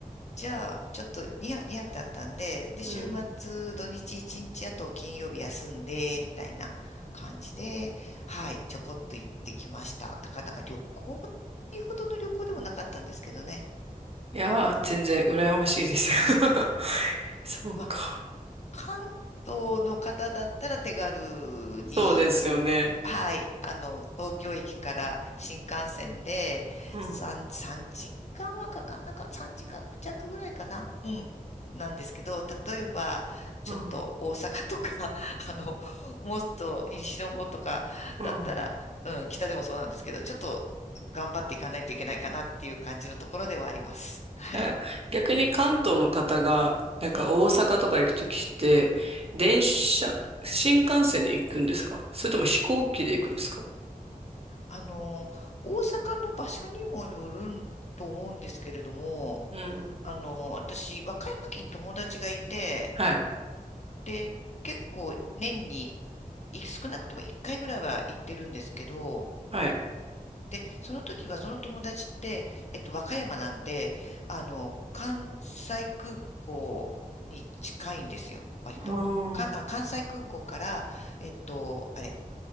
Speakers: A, on the left (about 50°); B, on the right (about 40°).
A: じゃあ、ちょっと2、2泊だったんで、で、
B: うん
A: 週末、土日1日、あと金曜日休んで、みたいな感じで、はい、ちょこっと行ってきました。だからなんか旅行っていうほどの旅行でもなかったんですけどね。
B: いやー、
A: うん
B: 全然羨ましいです <laughs> そうか。
A: まあ、関東の方だったら手軽に
B: そうですよね。
A: はい、あの、東京駅から新幹線で3、
B: うん。
A: 3時間はかかんなかっ3時間弱ぐらいかな。うん。なんですけど、例えば、ちょっと大阪とか、
B: うん。
A: <laughs> あの、もっと西の方とかだったら、
B: うん。
A: うん、北でもそうなんですけど、ちょっと頑張っていかないといけないかなっていう感じのところではあります。<laughs> はい。
B: え、逆に関東の方が、なんか大阪とか行くときって、
A: うん、
B: 電車、
A: うん。
B: 新幹線で行くんですかそれとも飛行機で行くんですか
A: あの、大阪の場所にもよるんと思うんですけれども、
B: うん。
A: あの、私、和歌山県に友達がいて、
B: はい。
A: で、結構年にい少なくとも1回ぐらいは行ってるんですけど、
B: はい。
A: で、その時はその友達って、えっと、和歌山なんで、あの、関西空港に近いんですよ、割と。
B: ああ、
A: か、あ、関西空港から、えっと、あれ、